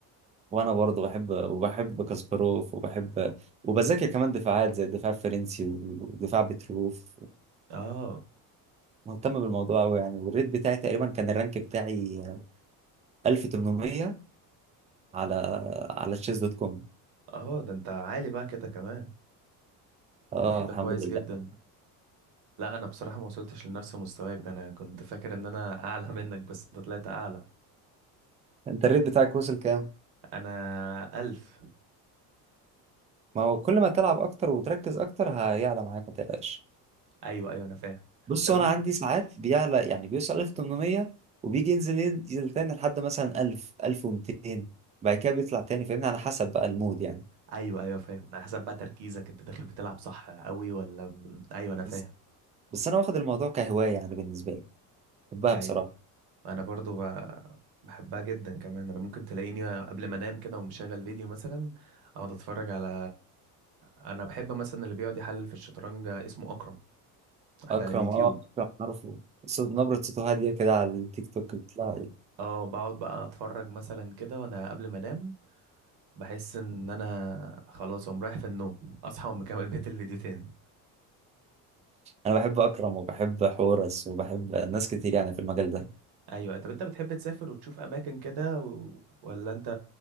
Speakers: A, on the right (about 15°); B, on the right (about 55°).
A: وانا برضه بحب وبحب كاسباروف وبحب وبذاكر كمان دفاعات زي الدفاع الفرنسي ودفاع بتروف
B: اه
A: مهتم بالموضوع قوي يعني والريت بتاعي تقريبا كان الرانك بتاعي 1800 على على تشيز دوت كوم
B: اه ده انت عالي بقى كده كمان
A: اه
B: ده كده
A: الحمد
B: كويس
A: لله
B: جدا لا انا بصراحة ما وصلتش لنفس مستواك ده انا كنت فاكر ان انا اعلى <laughs> منك بس انت طلعت اعلى
A: انت الريت بتاعك وصل كام؟
B: انا الف
A: ما هو كل ما تلعب اكتر وتركز اكتر هيعلى معاك ما تقلقش
B: ايوه ايوه انا فاهم
A: بص
B: طب
A: انا
B: انت
A: عندي ساعات بيعلى يعني بيوصل 1800 وبيجي ينزل ينزل تاني لحد مثلا 1000 1200 بعد كده بيطلع تاني فاهمني على حسب بقى المود يعني
B: ايوه ايوه فاهم انا حسب بقى تركيزك انت داخل بتلعب صح قوي ولا م- ايوه انا فاهم
A: بس بس انا واخد الموضوع كهوايه يعني بالنسبه لي بحبها
B: ايوه
A: بصراحه
B: انا برضو ب... بحبها جدا كمان انا ممكن تلاقيني قبل ما انام كده ومشغل فيديو مثلا اقعد اتفرج على انا بحب مثلا اللي بيقعد يحلل في الشطرنج اسمه اكرم واحد
A: اكرم
B: على اليوتيوب
A: اه اكرم عارفه صوت نبره صوته هاديه كده على التيك توك بتطلع لي.
B: اه بقعد بقى اتفرج مثلا كده وانا قبل ما انام بحس ان انا خلاص اقوم رايح في النوم اصحى واقوم مكمل بقية الفيديو تاني
A: انا بحب اكرم وبحب حورس وبحب ناس كتير يعني في المجال ده
B: ايوه طب انت بتحب تسافر وتشوف اماكن كده و... ولا انت